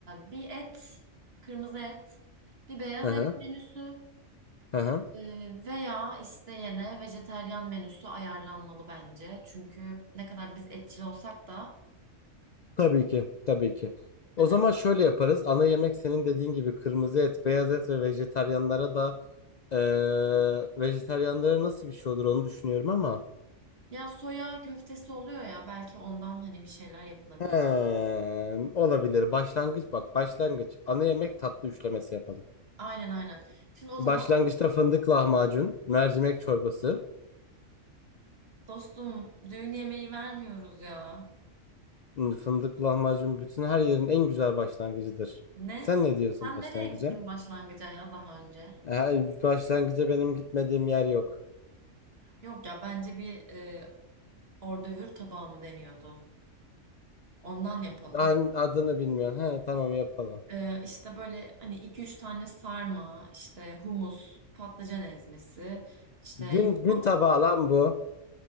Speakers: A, on the right; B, on the left.
A: E, bir et, kırmızı et, bir beyaz
B: Hı hı,
A: et menüsü.
B: hı hı.
A: Ee, Veya isteyene vejeteryan menüsü ayarlanmalı bence. Çünkü ne kadar biz etçil olsak da
B: Tabii ki tabii ki. O
A: evet.
B: zaman şöyle yaparız. Ana yemek senin dediğin gibi kırmızı et, beyaz et ve vejetaryenlara da Ee, vejetaryenlere nasıl bir şey olur onu düşünüyorum ama
A: Ya soya köftesi oluyor ya belki ondan hani bir şeyler yapılabilir.
B: Hem, olabilir. Başlangıç bak başlangıç. Ana yemek tatlı üçlemesi yapalım.
A: Aynen aynen. Şimdi o
B: Başlangıçta
A: zaman
B: fındık lahmacun, mercimek çorbası.
A: dostum düğün yemeği vermiyoruz ya.
B: Hmm, Fındık lahmacun bütün her yerin en güzel başlangıcıdır.
A: Ne?
B: Sen ne diyorsun
A: Sen
B: başlangıca?
A: nereye gittin başlangıca ya daha önce?
B: Ee, başlangıca benim gitmediğim yer yok.
A: Yok ya bence bir e, ordövür tabağı mı deniyordu? Ondan yapalım.
B: Daha adını bilmiyorum. He, tamam yapalım.
A: Ee, işte böyle hani iki üç tane sarma, işte humus, patlıcan ezmesi, işte
B: Gün
A: yoğurt.
B: gün tabağı lan bu.